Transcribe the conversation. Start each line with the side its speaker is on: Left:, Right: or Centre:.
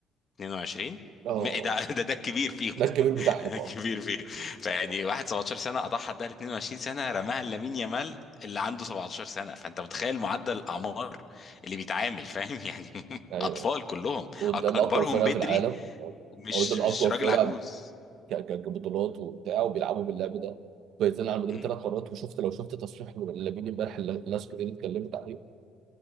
Left: 22
Right: اه آه.
Left: ما- ده <laughs> ده ده الكبير فيهم
Right: ده
Left: <laughs>
Right: الكبير بتاعهم
Left: ده الكبير
Right: اه
Left: فيهم فيعني
Right: آه.
Left: واحد 17 سنه اضحى ده ل 22 سنه رماها لامين يامال اللي عنده 17 سنه فانت متخيل معدل الاعمار اللي بيتعامل فاهم يعني <laughs>
Right: ايوه
Left: اطفال كلهم أك-
Right: قدام
Left: اكبرهم
Right: اقوى فرقه
Left: بدري
Right: في العالم او
Left: مش
Right: قدام
Left: مش
Right: اقوى
Left: راجل
Right: فرقه
Left: عجوز
Right: ك- ك- كبطولات وبتاع وبيلعبوا باللعب ده فايزين على المدريد
Left: م?
Right: ثلاث مرات وشفت لو شفت تصريح من لامين امبارح اللي الناس كتير اتكلمت عليه